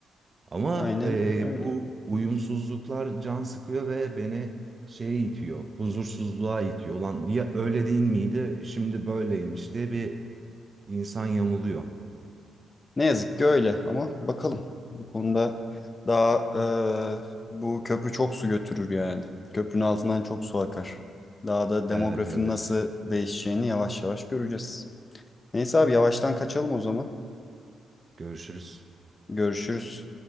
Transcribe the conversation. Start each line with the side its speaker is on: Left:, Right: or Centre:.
Right: Ama
Left: aynen
Right: e,
Left: öyle.
Right: bu uyumsuzluklar can sıkıyor ve beni şeye itiyor. Huzursuzluğa itiyor. Lan ya öyle değil miydi? Şimdi böyleymiş diye bir insan yamuluyor.
Left: Ne yazık ki öyle ama bakalım. Bu konuda daha e, bu köprü çok su götürür yani. Köprünün altından çok su akar. Daha da demografinin
Right: Evet evet.
Left: nasıl değişeceğini yavaş yavaş göreceğiz. Neyse abi yavaştan kaçalım o zaman.
Right: Görüşürüz.
Left: Görüşürüz.